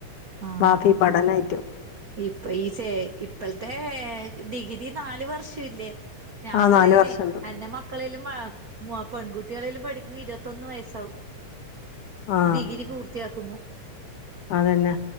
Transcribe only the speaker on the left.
വാപ്പി പഠനായിറ്റും
ആ
നാല് വർഷണ്ട്
ആ
അതന്നെ